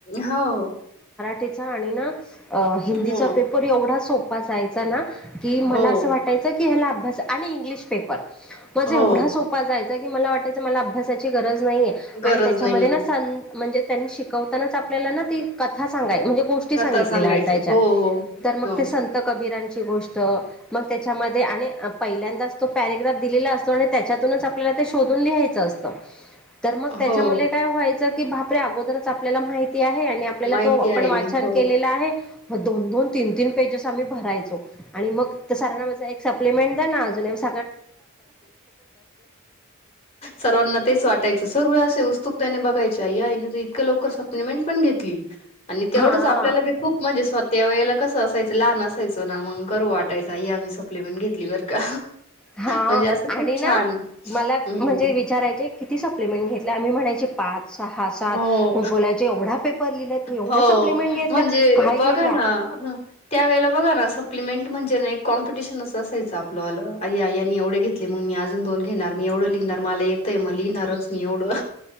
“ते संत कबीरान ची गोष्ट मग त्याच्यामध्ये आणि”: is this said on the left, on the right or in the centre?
Centre